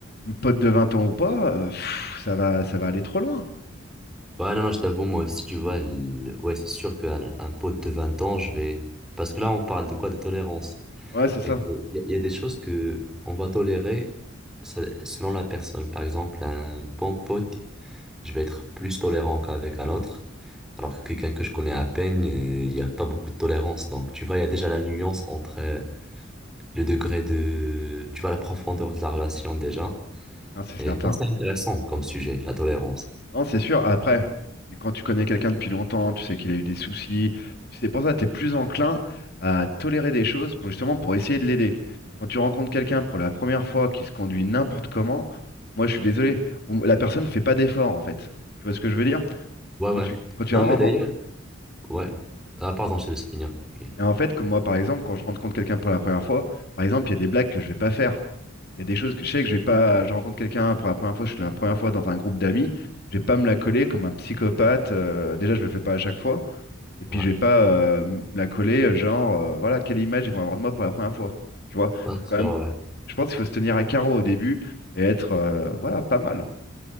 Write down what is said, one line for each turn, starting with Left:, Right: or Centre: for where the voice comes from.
Left: Pote de 20 ans ou pas, euh, pff, ça va, ça va aller trop loin.
Centre: Ouais, non, non, je t'avoue, moi aussi, tu vois, le- ouais, c'est sûr qu'un un pote de 20 ans, je vais... Parce que là, on parle de quoi? De tolérance.
Left: Ouais, c'est ça.
Centre: Et il y, a il y a des choses que on va tolérer se- selon la personne. Par exemple, un bon pote, je vais être plus tolérant qu'avec un autre. Alors que quelqu'un que je connais à peine, euh, il n'y a pas beaucoup de tolérance. Donc, tu vois, il y a déjà la nuance entre... euh, le degré de, tu vois, la profondeur de la relation déjà.
Left: Non, c'est certain.
Centre: Et ça, c'est intéressant comme sujet, la tolérance.
Left: Non, c'est sûr. Après, quand tu connais quelqu'un depuis longtemps, tu sais qu'il a eu des soucis. C'est pour ça que tu es plus enclin à tolérer des choses pour justement pour essayer de l'aider. Quand tu rencontres quelqu'un pour la première fois qui se conduit n'importe comment, moi je suis désolé, on- la personne ne fait pas d'effort en fait. Tu vois ce que je veux dire?
Centre: Ouais, ouais.
Left: Quand tu, quand tu
Centre: Non,
Left: rencontres.
Centre: mais d'ailleurs, ouais. Ah, pardon, je te laisse finir. Ok.
Left: Et en fait, comme moi par exemple, quand je rencontre quelqu'un pour la première fois, par exemple, il y a des blagues que je vais pas faire. Il y a des choses que je sais que je vais pas. Je rencontre quelqu'un pour la première fois, je suis la première fois dans un groupe d'amis. Je vais pas me la coller comme un psychopathe. euh, déjà, je le fais pas à chaque fois. Et puis,
Centre: Ouais.
Left: je vais pas euh, me la coller, euh, genre, euh, voilà, quelle image ils vont avoir de moi pour la première fois. Tu vois,
Centre: Non,
Left: faut
Centre: c'est
Left: quand
Centre: sûr,
Left: même.
Centre: ouais.
Left: Je pense qu'il faut se tenir à carreau au début et être, euh, voilà, pas mal.